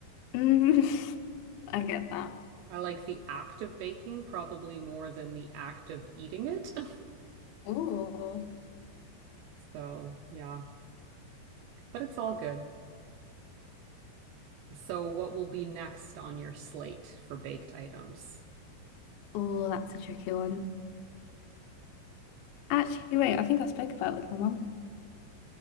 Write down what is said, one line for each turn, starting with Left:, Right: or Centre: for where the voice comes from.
Left: Mhm. <laughs> I get that.
Right: I like the act of baking probably more than the act of eating it. <laughs>
Left: Oh,
Right: So, yeah, but it's all good. So, what will be next on your slate for baked items?
Left: oh, that's a tricky one. Actually, wait, I think I spoke about it with my mum.